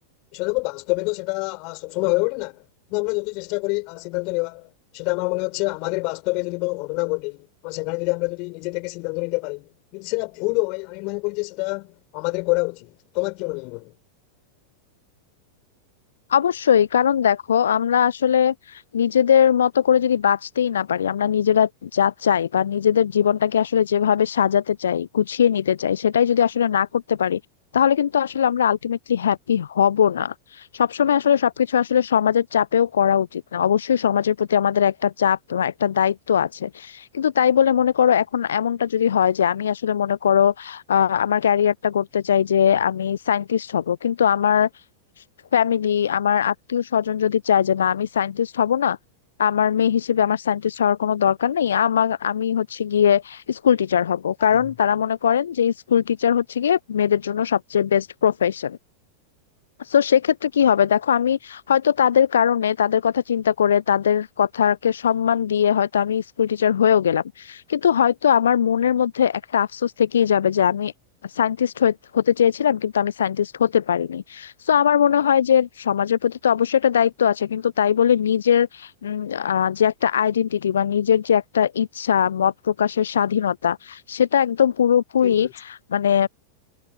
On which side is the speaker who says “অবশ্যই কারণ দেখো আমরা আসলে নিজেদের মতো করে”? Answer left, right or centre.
Left